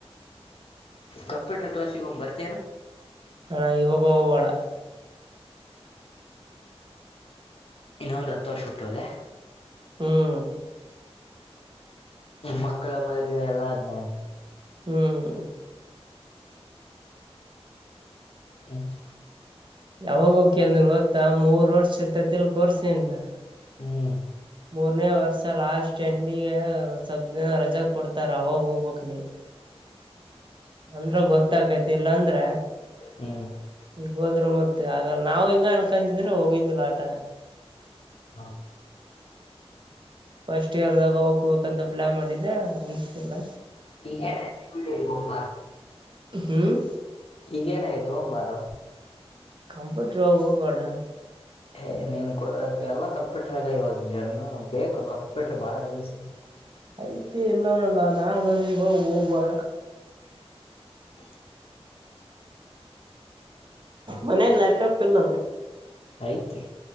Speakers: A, on the left; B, on the right.
A: ಕಂಪ್ಯೂಟರ್ ಕ್ಲಾಸಿಗೆಗೋಗ್ ಬರ್ತೇನು.
B: ಅಣ್ಣ ಈವಾಗ ಹೋಗಬೇಡ
A: ಇನ್ನೊ ಒಂದು ಹತ್ತು ವರ್ಷ ಬಿಟ್ಟು ಹೊಯ್ಲೆ.
B: ಹ್ಮ್
A: ಮಕ್ಕಳ ಮದ್ವೆ ಎಲ್ಲಾ ಆದ್ಮೇಲೆ
B: ಹ್ಮ್
A: ಹ್ಮ
B: ಯಾವಾಗೋಕಿ ಅಂದ್ರೆ ಗೊತ್ತಾ ಮೂರ್ ವರ್ಷ ಇರ್ತೈತಿಲ್ ಕೋರ್ಸ ನಿಂದು
A: ಹ್ಮ್
B: ಮೂರ್ನೇ ವರ್ಷ ಲಾಸ್ಟ್ ಹೆಂಡಿಗೆ ಸದ ರಜಾ ಕೊಡ್ತಾರ ಅವಾಗ ಹೋಗ್ಬಕ್ ನೀ ಅಂದ್ರ ಗೊತ್ತಾಗೈತಿಲ್ಲಾಂದ್ರ
A: ಹ್ಮ್
B: ಈಗ್ ಹೋದ್ರು ಮತ್ತೆ ಆಗ ನಾವ್ ಹಿಂಗ ಅನ್ಕೊಂಡಿದ್ರ ಹೋಗಿದಿಲ್ಲ ಆಟ
A: ಹಾ
B: ಫಸ್ಟ್ ಇಯರ್ದಾಗ ಹೋಗಬೇಕಂತ ಪ್ಲಾನ್ ಮಾಡಿದ್ದೆ ಅನ್ಸತಿಲ್ಲ
A: ಈ ಗೊಂಬ
B: ಹ್ಮ್
A: ಈಗೇನಾಗಿತ್ತುು ಒಂಬಾರು
B: ಕಂಪ್ಯೂಟರ್ೋಗಬಡ
A: ಏ ನೀನು ಎಲ್ಲ ಕಂಪ್ಯೂಟರ್ಗ ಇವಾಗ ಜನ್ ಬೇಕು ಕಂಪ್ಯೂಟರ್ ಬಾಳ ಯೂಸ್
B: ಐತಿ ಎಲ್ಲನಲ್ಲ ನಾ ನ ಇವಾಗ ಹೋಗ್ುವಳ
A: ಹ
B: ಮನೆಗೆ ಲಪಟಾಪ್ ಇಲ್ಲ
A: ಆಯತಿ